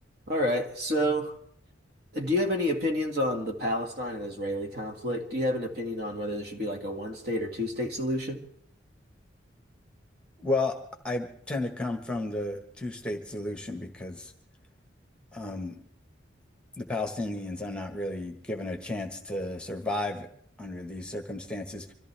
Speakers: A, on the right; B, in the centre.
A: All right. So, uh, do you have any opinions on the Palestine and Israeli conflict? Do you have an opinion on whether there should be like a one state or two state solution?
B: Well, I tend to come from the two-state solution because um, the Palestinians are not really given a chance to survive under these circumstances.